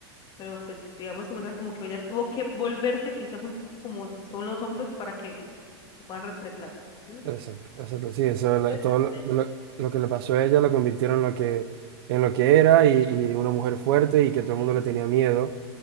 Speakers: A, on the left; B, on the right.
A: pero pues digamos que muestran como que ella tuvo que volverse quizás un poco como son los hombres para que lo puedan respetar. Entonces,
B: Exacto, exacto, sí, eso, la-
A: puede
B: todo
A: ser
B: lo,
A: que
B: lo- lo que le pasó a ella la convirtieron en lo que, en lo que era y, y una mujer fuerte y que todo el mundo le tenía miedo.